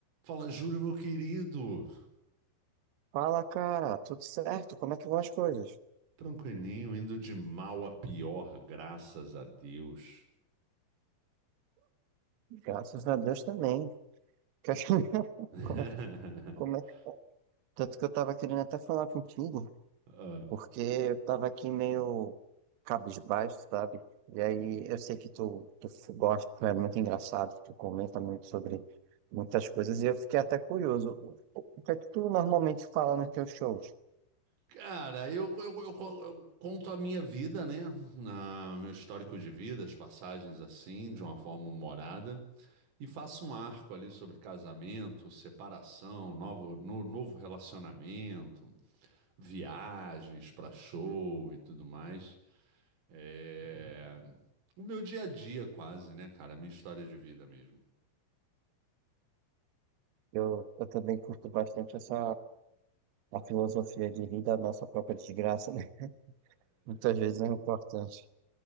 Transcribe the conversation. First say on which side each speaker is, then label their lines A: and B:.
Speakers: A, on the right; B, on the right.
A: Fala, Júlio, meu querido.
B: Fala, cara, tudo certo? Como é que vão as coisas?
A: Tranquilinho, indo de mal a pior, graças a Deus.
B: Graças a Deus também. Que acho- <laughs>
A: <laughs>
B: Como é, como é? Tanto que eu tava querendo até falar contigo,
A: Ah,
B: porque eu tava aqui meio cabisbaixo, sabe? E aí eu sei que tu, tu gosta, tu é muito engraçado, tu comenta muito sobre muitas coisas, e eu fiquei até curioso. O, o o que é que tu normalmente fala nos teus shows?
A: Cara, eu, eu- eu- eu conto a minha vida, né? Ah, meu histórico de vida, as passagens assim, de uma forma humorada, e faço um arco ali sobre casamento, separação, novo, no- novo relacionamento, viagens para show e tudo mais. É, O meu dia a dia, quase, né, cara? A minha história de vida mesmo.
B: Eu, eu também curto bastante essa a filosofia de rir da nossa própria desgraça, né? <laughs> Muitas vezes é importante.